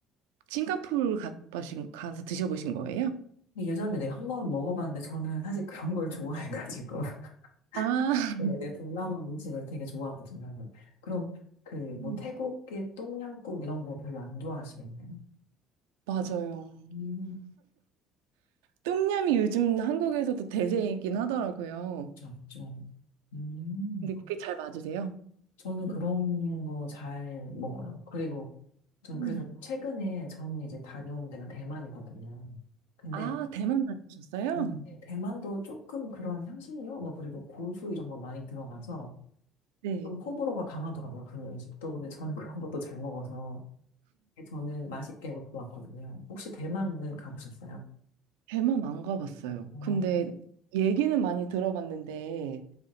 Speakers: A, on the right; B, on the left.
A: 싱가포르 가보신, 가서 드셔보신 거예요?
B: 근데 예전에 내가 한번 먹어봤는데 저는 사실 그런 걸 좋아해가지고. <laughs>
A: 아,
B: 네, 내 동남아 음식을 되게 좋아하거든요. 그래서 그럼 그
A: 음,
B: 뭐 태국의 똠양꿍 이런 거 별로 안 좋아하시겠네요?
A: 맞아요.
B: 음,
A: 똠얌이 요즘 한국에서도 대세이긴 하더라고요.
B: 그쵸, 그쵸. 음,
A: 근데 그게 잘 맞으세요?
B: 저는 그런 거 잘 먹어요. 그리고 저는
A: 음.
B: 그래서 최근에 저는 이제 다녀온 데가 대만이거든요. 근데
A: 아, 대만 다니셨어요?
B: 음, 네. 대만도 조금 그런 향신료, 뭐, 그리고 고수 이런 거 많이 들어가서
A: 네.
B: 좀 호불호가 강하더라고요. 그 음식도. 근데 저는 <laughs> 그런 것도 잘 먹어서 저는 맛있게 먹고 왔거든요. 혹시 대만은 가보셨어요?
A: 대만 안 가봤어요.
B: 어,
A: 근데 얘기는 많이 들어봤는데